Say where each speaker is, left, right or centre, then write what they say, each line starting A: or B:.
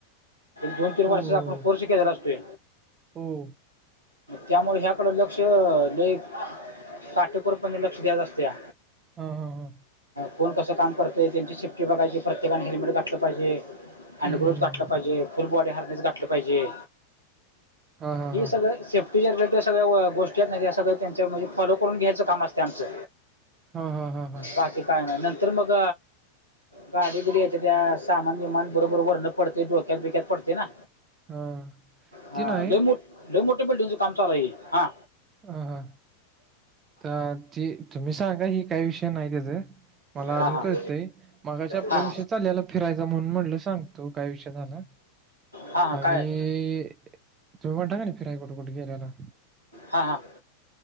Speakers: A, on the right; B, on the right.
A: दोन-तीन वर्षाचा
B: हो, हो,
A: आपण कोर्स केलेला असतोय.
B: हो. हो.
A: त्यामुळे ह्याकडें लक्ष ल‌ई काटेकोरपणे लक्ष द्यायचं असतया.
B: हा हा हा.
A: कोण कसं काम करतय त्यांची सेफ्टी बघायची प्रत्येकाने हेल्मेट घातलं पाहिजे. हँड
B: हं.
A: ग्लोव घाठलं पाहिजे फुल बॉडी हार्नेस घाठलं पाहिजे.
B: हां, हां,
A: हे
B: हां.
A: सगळं सेफ्टीच्या रिलेटेड सगळ्या गोष्टी आहेत सगळ त्यांच्या म्ह फॉलो करून घ्यायचं काम असते आमचं
B: हां, हां, हां, हां.
A: बाकी काय नाही नंतर मग गाडी बुडी येत्या त्या सामान विमान बरोबर वरणं पडते डोक्यात बिक्यात पडते ना.
B: हां.
A: हा.
B: ती नाही.
A: ल ल‌ई मोठे बिल्डिंगच काम चालू आहे हा.
B: ह हा. तर ती तुम्ही सांगा ही काही विषय नाही त्याच मला
A: हां
B: अजून
A: हां
B: कळतय. मागाच्या आपला
A: हां
B: विषय चालल्याला फिरायचा म्हणून म्हणलं सांगतो काय विषय झाला.
A: हां हां
B: आम्ही
A: काय
B: तुम्ही म्हणता का नाही फिराई कुठे कुठे गेल्याला.
A: हां हां.